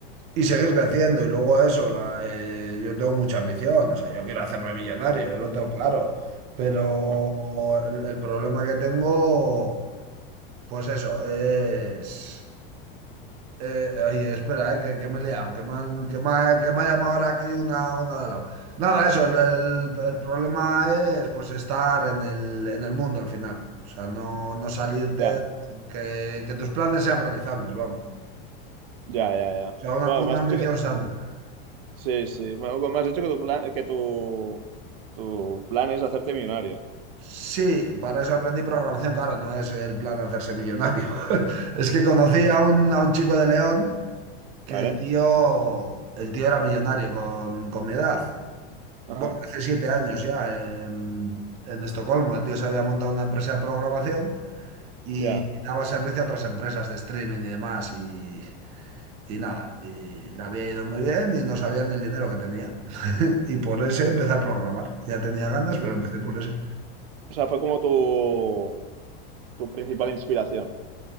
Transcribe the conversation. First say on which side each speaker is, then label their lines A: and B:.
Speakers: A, on the right; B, on the right.
A: y seguir creciendo. Y luego eso, la, eh, yo tengo mucha ambición. O sea, yo quiero hacerme millonario, yo lo tengo claro. Pero
B: Ajá.
A: el, el problema que tengo, pues eso, es... Eh, oye, espera, eh, que, que me he liado, que me han, que me ha, que me ha llamado ahora aquí una, una de lado. Nada, eso, el, el- el problema es pues estar en el, en el mundo al final. O sea, no, no salirte,
B: Ya,
A: que, que tus planes sean realizables, vamos. O
B: ya, ya, ya.
A: sea, una,
B: Bueno,
A: una
B: me has
A: ambición
B: dicho que...
A: sana.
B: Sí, sí. Me me has dicho que tu plan, que tu, tu plan es hacerte millonario.
A: Sí, para eso aprendí programación, claro, no es el plan hacerse millonario. <laughs> Es que conocí a un, a un chico de León que
B: ¿Vale?
A: el tío, el tío era millonario con, con mi edad.
B: Ajá,
A: Bueno, hace siete años ya, en, en Estocolmo, el tío se había montado una empresa de programación y,
B: ya.
A: y daba servicio a otras empresas de streaming y demás. Y, y nada, y le había ido muy bien y no sabían el dinero que tenía. <laughs> Y por ese empecé a programar. Ya tenía ganas, pero empecé por ese.
B: O sea, fue como tu, tu principal inspiración.